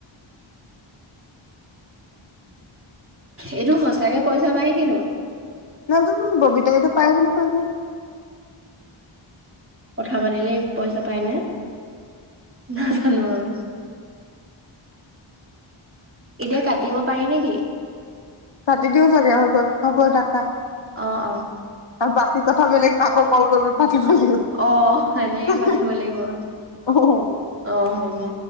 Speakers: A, on the right; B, on the left.
A: এইটো সচাঁকে পইচাপায় কিনো
B: নাজানো ববিতাইতো পাই বুলি কৈছে।
A: কথা পাতিলেই পইচা পাই নে নাজানো আৰু। এতিয়া কাটিব পাৰি নেকি?
B: কাটি দিও ছাগে হৈ গ'ল হ'ব থাকা
A: অহ অহ
B: আৰু বাকি কথা বেলেগ আকৌ কল কৰি পাতিব লাগিব
A: অ সেনেকে পাতিব লাগিব আৰু
B: অহু
A: অ হয়গে